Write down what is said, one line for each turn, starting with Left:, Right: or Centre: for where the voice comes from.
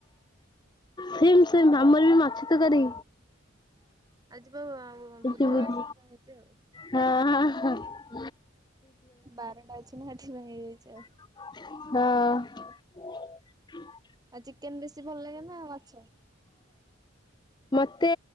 Left: ସେମ ସେମ ଆମର ବି ମାଛ ତରକାରୀ।
Right: ଆଜି ବା
Left: କିଛି
Right: ବୁଧବାର
Left: ବୁଝ,
Right: ସେଥିପାଇଁ ହେଇଛି ଆଉ।
Left: ହଁ ହ। <unintelligible>
Right: ବାରଟା ଅଛି ନା ଏଥି ପାଇଁ ହେଇଯାଇଛି ଆଉ ।
Left: ହଁ। <unintelligible>
Right: ଆଜି କ୍ ଚିକେନ୍ ବେଶୀ ଭଲ ଲାଗେ ନା ମାଛ?
Left: ମତେ